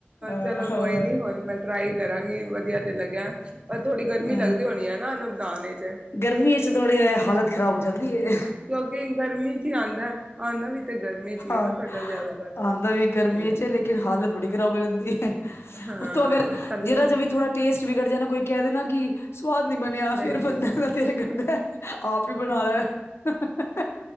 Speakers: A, on the left (about 75°); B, on the right (about 25°).
A: ਅ
B: ਚਲੋ
A: ਹੋਰ
B: ਕੋਈ ਨੀ ਹੁਣ ਮੈਂ ਟਰਾਈ ਕਰਾਂਗੀ, ਵਧੀਆ- ਤੇ ਲੱਗਿਆ ਪਰ ਥੋੜੀ ਗਰਮੀ
A: ਅ
B: ਲੱਗਦੀ ਹੋਣੀ ਏ ਹਨਾ ਇਹਨੂੰ ਬਣਾਣੇ ਚ।
A: ਗਰਮੀਆਂ ਚ ਥੋੜੇ ਹਾਲਤ ਖ਼ਰਾਬ ਹੋ ਜਾਂਦੀ ਐ।
B: ਕਿਉਂਕਿ ਗਰਮੀ ਚ ਹੀ ਆਂਦਾ ਆਂਦਾ ਵੀ ਤੇ ਗਰਮੀ ਚ ਹੀ
A: ਹਾਂ
B: ਹੈ ਨਾ ਕਟਹਲ ਜ਼ਿਆਦਾਤਰ
A: ਆਂਦਾ ਵੀ ਗਰਮੀ
B: ਹੂੰ
A: ਚ ਲੇਕਿਨ ਹਾਲਤ ਬੜੀ ਖ਼ਰਾਬ ਹੋ ਜਾਂਦੀ ਐ।
B: ਹਾਂ
A: ਉਤੋਂ ਅਗਰ
B: ਤਰਲੇ
A: ਜਿਰਾ ਜੇ ਵੀ ਥੋੜਾ ਟੇਸਟ ਵਿਗੜ ਜਾਏ ਨਾ ਕੋਈ ਕਹਿ ਦੇਣਾ ਕਿ, ਸਵਾਦ ਨੀ ਬਣਿਆ
B: ਸਹੀ
A: ਫੇਰ
B: ਨੀ
A: ਬੰਦਿਆਂ
B: ਆ
A: ਦਾ ਦਿਲ ਕਰਦਾ ਆਪ ਈ ਬਣਾ ਲੈ ਫੇਰ,